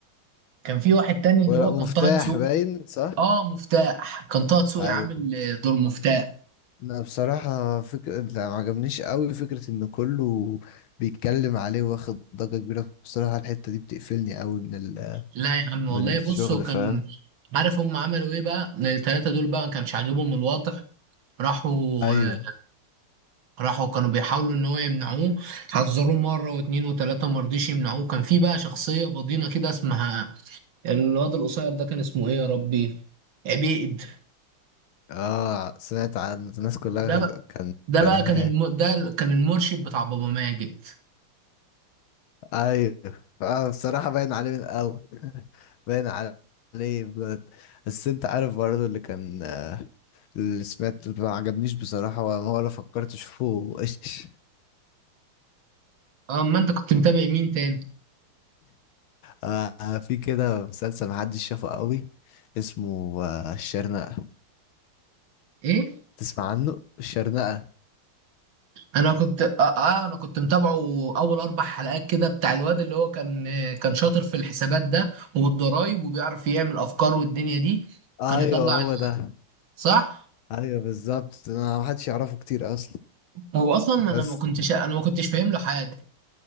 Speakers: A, on the right (about 65°); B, on the left (about 75°).
A: كان في واحد تاني اللي
B: ورق
A: هو
B: مفتاح
A: كان طه دسوقي
B: باين صح
A: اه مفتاح كان طه دسوقي
B: ايوه
A: عامل آه، دور مفتاح
B: لا بصراحة فكرة لا ما عجبنيش قوي فكرة ان كله بيتكلم عليه واخد ضجة كبيرة بصراحة الحتة دي بتقفلني قوي من ال...
A: لا يا عم والله
B: من الشغل
A: بص هو كان
B: فاهم
A: عارف هم عملوا ايه بقى التلاتة دول بقى ما كانش عاجبهم الوضع راحوا
B: ايوه
A: آه، راحوا كانوا بيحاولوا ان هو يمنعوه حذروه مرة واتنين وتلاتة ما رضيش يمنعوه كان في بقى شخصية بضينة كده اسمها الواد القصير ده كان اسمه ايه يا ربي عبيد
B: اه سمعت عن الناس كلها
A: ده بقى-
B: كان
A: ده
B: كرهاه
A: بقى كان الم... ده كان المرشد بتاع بابا ماجد
B: ايوه اه بصراحة باين عليه من الاول <laughs> باين عليه بجد بس انت عارف برضه اللي كان اللي سمعت ما عجبنيش بصراحة ولا ولا فكرت اشوفه <laughs> ايش
A: اه ما انت كنت متابع مين تاني
B: آه في كده مسلسل محدش شافه قوي اسمه آه الشرنقة
A: ايه
B: تسمع عنه الشرنقة
A: انا كنت اه, آه انا كنت متابعه اول اربع حلقات كده بتاع الواد اللي هو كان كان شاطر في الحسابات ده والضرايب وبيعرف يعمل افكار والدنيا دي
B: ايوه
A: كان يطلع
B: هو
A: ال-
B: ده
A: صح
B: ايوه بالظبط انا محدش يعرفه كتير اصلا
A: هو اصلا
B: بس
A: انا ما كنتش انا ما كنتش فاهم له حاجه